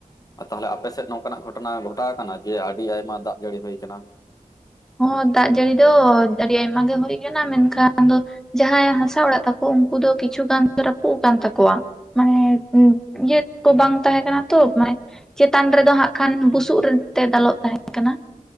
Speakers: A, on the left; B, in the centre.
A: ᱛᱟᱦᱚᱞᱮ ᱟᱯᱮ ᱥᱮᱫ ᱱᱚᱝᱠᱟᱱᱟᱜ ᱜᱷᱚᱴᱚᱱᱟ, ᱜᱷᱚᱴᱚᱱᱟ ᱜᱷᱚᱴᱟᱣ ᱟᱠᱟᱱᱟ ᱡᱮ ᱟᱹᱰᱤ ᱟᱭᱢᱟ ᱫᱟᱜ ᱡᱟᱹᱲᱤ ᱦᱩᱭ ᱟᱠᱟᱱᱟ?
B: ᱦᱚᱸ ᱫᱟᱜ ᱡᱟᱹᱲᱤ ᱫᱚ ᱟᱹᱰᱤ ᱟᱭᱢᱟ ᱜᱮ ᱦᱩᱭ ᱟᱠᱟᱱᱟ ᱢᱮᱱᱠᱷᱟᱱ ᱟᱫᱚ ᱡᱟᱦᱟᱸᱭ ᱦᱟᱥᱟ ᱚᱲᱟᱜ ᱛᱟᱠᱚ ᱩᱱᱠᱩ ᱫᱚ ᱠᱤᱪᱷᱩ ᱜᱟᱱ ᱨᱟᱹᱯᱩᱫ ᱟᱠᱟᱱ ᱛᱟᱠᱚᱣᱟ, ᱢᱟᱱᱮ ᱤᱭᱟᱹ ᱠᱚ ᱵᱟᱝ ᱛᱟᱦᱮᱸ ᱠᱟᱱᱟ ᱛᱚ ᱢᱟᱱᱮ - ᱪᱮᱛᱟᱱ ᱨᱮᱫᱚ ᱦᱟᱸᱜ ᱠᱷᱟᱱ ᱵᱩᱥᱩᱵ ᱨᱮ ᱛᱮ ᱫᱟᱞᱚᱵ ᱛᱟᱦᱮᱸ ᱠᱟᱱᱟ